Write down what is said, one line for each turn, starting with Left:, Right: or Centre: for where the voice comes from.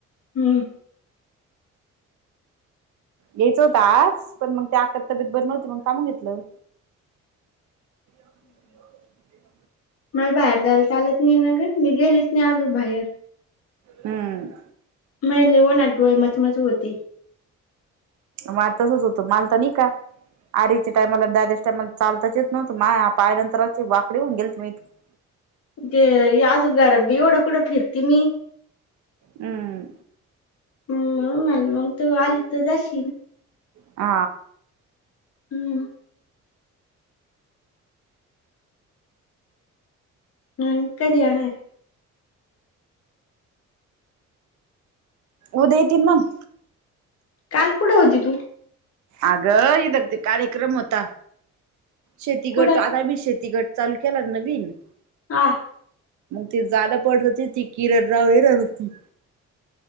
Left: हम्म.
Right: येयचं होत आज पण मग ते आख तब्येत बरी नव्हती मग थांबून घेतलं. <inaudible>
Left: मल बाहेर जायला चालत नाही ना ग मी गेलीच नाही आजू बाहेर.
Right: हम्म
Left: महि ना उन्हात डोळे मचमज होते.
Right: म तसच होत माल तर नाही का आरेच्या टायमाला बॅगेत तर मल चालताच येत नव्हत मा पाय नंतर असे वाकडी होऊन गेल ते मी <unintelligible>
Left: ते आजू घरात बी एवढं कुठं फिरती मी.
Right: हम्म.
Left: म्हणून म मग तू आली तर जाशील.
Right: आ.
Left: हम्म. हम् कधी येणारे?
Right: उद्या येतील मग
Left: काल कुठे होती तू?
Right: आगं हितं ते कार्यक्रम होता. शेती
Left: कुठं
Right: गट आलाय बग शेती गट. चालू केला नवीन
Left: आ.
Right: ते जाड पडत ती किरणराव <unintelligible> हरड